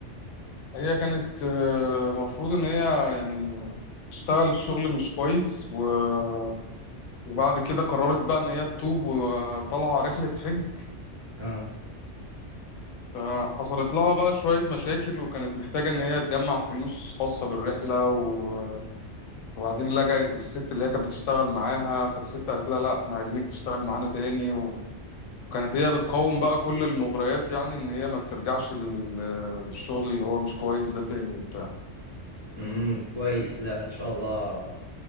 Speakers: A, on the left; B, on the left.
A: هي كانت آه، مفروض ان هي يعني تشتغل شغل مش كويس و- وبعد كده قررت بقى ان هي تتوب وطالعه رحله حج
B: اه
A: فحصلت لها بقى شويه مشاكل وكانت محتاجه ان هي تجمع فلوس خاصه بالرحله و- وبعدين لجأت للست اللي هي كانت بتشتغل معاها فالست قالت لها لا احنا عايزينك تشتغلي معانا تاني وكانت هي بتقاوم بقى كل المغريات يعني ان هي ما ترجعش لل- للشغل اللي هو مش كويس ده تاني بتاع
B: امم كويس لا ان شاء الله